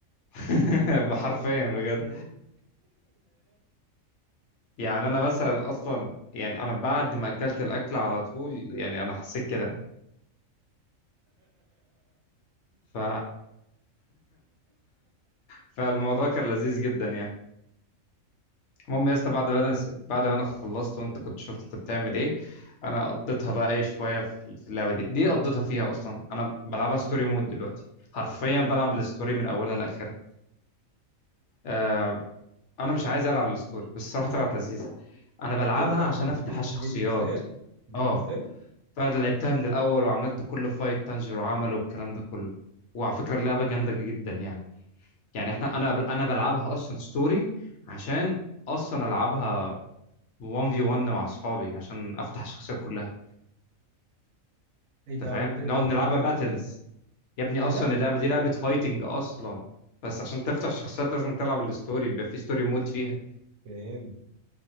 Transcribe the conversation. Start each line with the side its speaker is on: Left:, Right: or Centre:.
Left: <laughs> حرفيا بجد
Right: <laughs>
Left: يعني أنا مثلا أصلا يعني أنا بعد ما أكلت الأكل على طول يعني أنا حسيت كده ف <laughs> فالموضوع كان لذيذ جدا يعني المهم يا اسطى بعد ما انا بعد ما انا خلصت وانت كنت شفت انت بتعمل ايه انا قضيتها بقى ايه شويه في في اللعبه دي دي قضيتها فيها اصلا انا بلعبها ستوري مود دلوقتي حرفيا بلعب الستوري من اولها لاخرها آه، انا مش عايز العب الستوري بس الصراحه طلعت لذيذه انا بلعبها
Right: الستوري بتاعت
Left: عشان
Right: مين؟
Left: افتح
Right: جيم-
Left: الشخصيات
Right: جيمين سلاير جيمين
Left: اه
Right: سلاير
Left: فلعبتها من الاول وعملت كل فايت تانجير وعمله والكلام ده كله وعلى فكره اللعبه جامده جدا يعني يعني احنا انا انا بلعبها اصلا ستوري عشان اصلا العبها 1 في 1 مع اصحابي عشان افتح الشخصيات كلها
Right: ايه
Left: انت
Right: ده
Left: فاهم
Right: وانت تقدر
Left: نقعد نلعبها
Right: تفايت
Left: باتلز
Right: أم،
Left: يا ابني
Right: ايه
Left: اصلا
Right: ده؟
Left: اللعبه دي لعبه فايتنج اصلا بس عشان تفتح الشخصيات لازم تلعب الستوري بيبقى في ستوري مود فيها
Right: فاهم